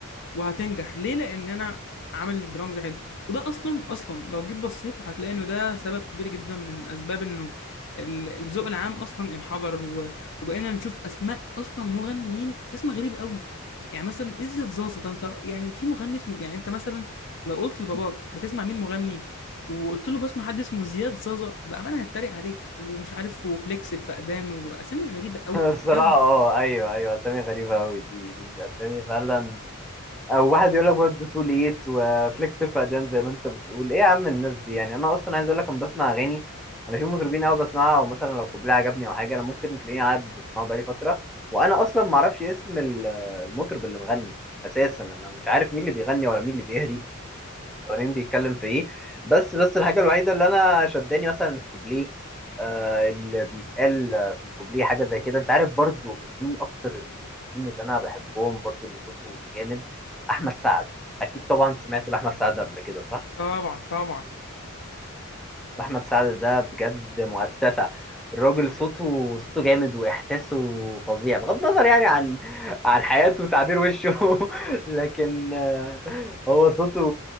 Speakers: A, on the left (about 55°); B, in the centre.
A: وهتنجح ليه لان انا عامل درامز حلو وده اصلا اصلا لو جيت بصيت هتلاقي انه ده سبب كبير جدا من اسباب انه ال- الذوق العام اصلا انحدر و- وبقينا نشوف اسماء اصلا مغنيين اسمها غريب قوي يعني مثلا ازيد زازا ده انت يعني في مغني اسمه يعني انت مثلا لو قلت لباباك بتسمع مين مغني وقلت له بسمع حد اسمه زياد زازا بامانه هتريق عليك ومش عارف وفليكس الفقدان واسامي غريبه قوي
B: الصراحة
A: قوي
B: اه ايوه ايوه اسامي غريبة اوي دي دي دي اسامي فعلا او واحد يقول لك برضه تو ليت وفليكس الفقدان زي ما انت بتقول ايه يا عم الناس دي يعني انا اصلا عايز اقول لك انا بسمع اغاني انا في مطربين قوي بسمعها او مثلا لو كوبليه عجبني او حاجة انا ممكن تلاقيني قاعد بسمعه بقالي فترة وانا اصلا ما اعرفش اسم ال- المطرب اللي مغني اساسا انا مش عارف مين اللي بيغني ولا مين اللي بيهري ابراهيم بيتكلم في ايه بس بس الحاجه الوحيده اللي انا شداني مثلا الكوبليه آه اللي بيتقال آه، في الكوبليه حاجه زي كده انت عارف برضو من مين اكتر المطربين اللي انا بحبهم برضو اللي صوته جامد احمد سعد اكيد طبعا سمعت لاحمد سعد قبل كده صح
A: طبعا طبعا
B: احمد سعد ده بجد مؤسسه الراجل صوته صوته جامد واحساسه فظيع بغض النظر يعني عن عن حياته وتعبير وشه <laughs> لكن آه، هو صوته